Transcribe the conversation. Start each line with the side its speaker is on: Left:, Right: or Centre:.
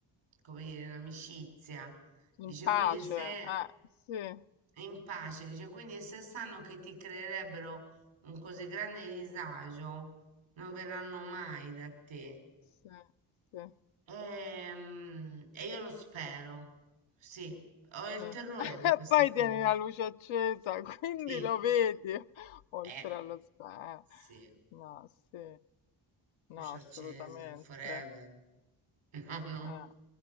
Right: come dire, in amicizia.
Left: in
Right: Dice
Left: pace.
Right: quindi se
Left: Eh, sì,
Right: in pace, dice quindi se sanno che ti creerebbero un così grande disagio, non verranno mai da te.
Left: sì, sì.
Right: Ehm, E, io lo spero. Sì, ho il
Left: Sì.
Right: terrore
Left: <laughs>
Right: di questa
Left: Poi
Right: cosa.
Left: tieni la luce accesa, <laughs> quindi
Right: Sì,
Left: lo vedi <laughs> oltre
Right: eh,
Left: allo spa eh.
Right: sì,
Left: No, sì, no,
Right: luce accesa,
Left: assolutamente.
Right: forever. <laughs> No, no.
Left: Eh.